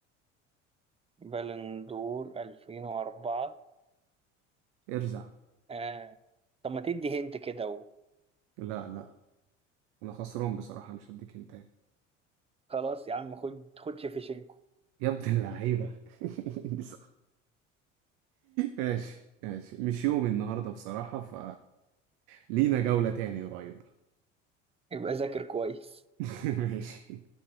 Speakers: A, on the right (about 15°); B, on the right (about 65°).
A: بالون دور 2004
B: ارزع
A: آه. طب ما تدي هنت كده
B: لا لا أنا خسران بصراحة مش هديك هنتاية
A: وخلاص يا عم خد خد شيفشنكو
B: يا ابن اللعيبة <laughs> دي صح ماشي ماشي مش يوم النهاردة بصراحة ف لينا جولة تاني قريب
A: يبقى ذاكر كويس
B: <laughs> ماشي